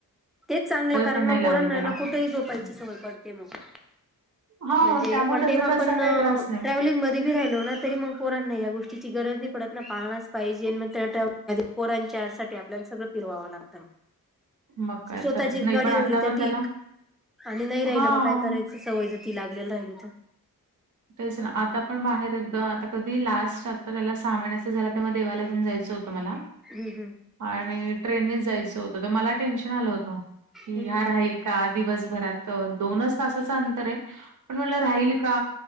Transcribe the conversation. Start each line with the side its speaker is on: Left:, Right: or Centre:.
Centre: तेच चांगलं, कारण
Right: पण नाही
Centre: मग पोरणना
Right: लावली त्याला
Centre: कुठेही झोपायची सवय पडते मग.
Right: हा
Centre: म्हणजे
Right: त्यामुळे
Centre: ओंडेम
Right: त्याचा
Centre: आपण
Right: तसा काही त्रास नाही.
Centre: ट्रॅव्हलिंग- राहिलो ना तरी, मग पोरांना या गोष्टीची गरज नाही पडत ना पाळनाच पाहिजे. पोरांच्या साठी आपल्याला सगळं फिरवावं लागतं.
Right: मग काय
Centre: स्वतःची
Right: तर नाही
Centre: गाडी
Right: पण
Centre: राहिली
Right: आता
Centre: तर
Right: पण
Centre: ठीक
Right: त्याला
Centre: आणि नाही राहिलं
Right: हा
Centre: म काय करायचं सवय जर ती लागले ली राहिली तर
Right: तेच ना आता पण बाहेर एकदा आता कधी लास्ट आता त्याला सहा महिन्याच झालं तेव्हा देवाला घेऊन जायचं होतं तुम्हाला
Centre: हम् हम्
Right: आणि ट्रेननेच जायचं होतं तर मला टेन्शन आलं होतं की
Centre: हम्म
Right: हा राहील का दिवसभरात दोनच तासाच अंतर आहे पण म्हणल राहील का